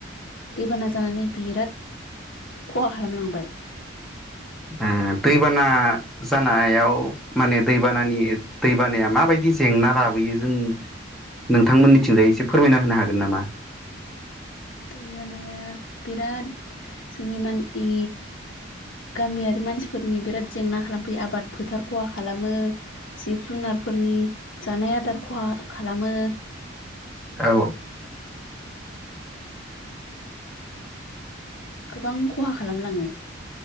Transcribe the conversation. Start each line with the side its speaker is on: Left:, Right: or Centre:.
Left: दैबाना जानानै बिराद खहा खालामलांबाय
Centre: उम दैबाना जानायाव माने दैबानानि दैबानाया माबायदि जे जेंना लाबोयो जों नोंथांमोननिथिंजाय एसे फोरमायना होनो हागोन नामा
Left: दैबानाया बिराद सनेमा इ गामियारि मानसिफोरनि बिराद जेंना खालामफैयो आबाद फोथार खहा खालामो जिब जुनारफोरनि जानाय आदार खहा खालामो
Centre: औ
Left: गोबां खहा खालामलाङो